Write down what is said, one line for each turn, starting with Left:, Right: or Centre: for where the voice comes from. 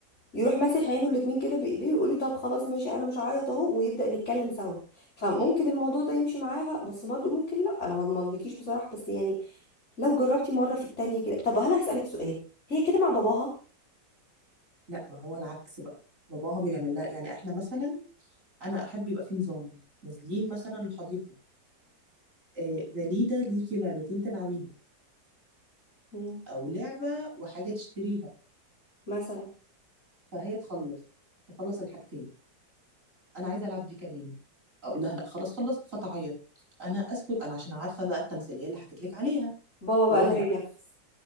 Left: يروح ماسح عينه الاتنين كده بايديه ويقول لي طب خلاص ماشي انا مش هعيط اهو ويبدأ نتكلم سوا فممكن الموضوع ده يمشي معاها بس برضو ممكن لا انا ما اضمنلكيش بصراحة بس يعني لو جربتي مرة في التانية كده طب انا هسألك سؤال هي كده مع باباها
Right: لا ما هو العكس بقى باباها بيعمل لها يعني احنا مثلا انا احب يبقى في نظام نازلين مثلا الحديقه آه، دليده ليكي لعبتين تلعبيهم
Left: مم.
Right: او لعبه وحاجه تشتريها
Left: مثلا
Right: فهي تخلص تخلص الحاجتين انا عايزه العب دي كمان اقول لها لا خلاص خلصت فتعيط انا اسكت انا عشان عارفه بقى التمثيليه اللي حكيت لك عليها
Left: بابا بقى
Right: باباها
Left: اللي
Right: لا
Left: هينفذ